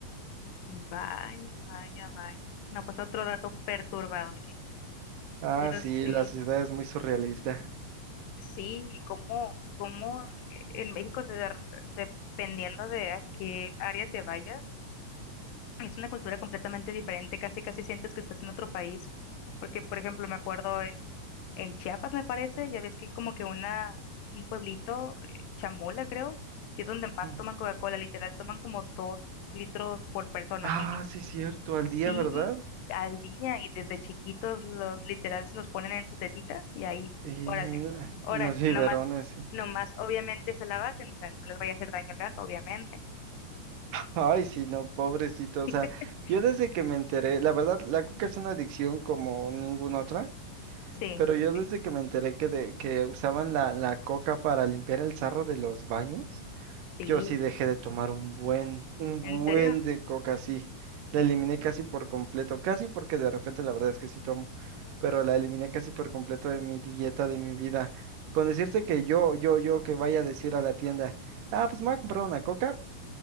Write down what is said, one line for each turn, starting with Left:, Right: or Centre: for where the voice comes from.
Left: Vaya, vaya, vaya. No, pues otro dato perturbador, ¿no?
Right: Ah,
Left: Pero
Right: sí,
Left: sí.
Right: la sociedad es muy surrealista.
Left: Sí, y cómo, cómo eh, en México, de- de- dependiendo de a qué área te vayas, es una cultura completamente diferente, casi casi sientes que estás en otro país. Porque, por ejemplo, me acuerdo en, en Chiapas, me parece, ya ves que hay como que una, un pueblito, eh, Chamola, creo, que es donde más
Right: Ujú.
Left: toman Coca-Cola, literal, toman como dos litros por persona
Right: Ah,
Left: mínimo.
Right: sí, cierto, al
Left: Sí,
Right: día, ¿verdad?
Left: al día y desde chiquitos los literal se los ponen en su tetita y ahí,
Right: Y
Left: órale,
Right: en, la-
Left: órale,
Right: en los biberones,
Left: no más,
Right: sí.
Left: no más, obviamente se la baten, o sea, no les vaya a hacer daño el gas, obviamente.
Right: Ay, sí, no, pobrecito. O
Left: <laughs>
Right: sea, yo desde que me enteré, la verdad, la coca es una adicción como ninguna otra,
Left: Sí,
Right: pero yo
Left: sí, sí,
Right: desde que me enteré que, de, que usaban la, la coca para limpiar el sarro de los baños.
Left: sí,
Right: Yo sí dejé de tomar un buen, un
Left: ¿en
Right: buen
Left: serio?
Right: de coca, sí. La eliminé casi por completo, casi porque de repente la verdad es que sí tomo, pero la eliminé casi por completo de mi dieta, de mi vida. Con decirte que yo, yo, yo que vaya a decir a la tienda, ah, pues me voy a comprar una coca,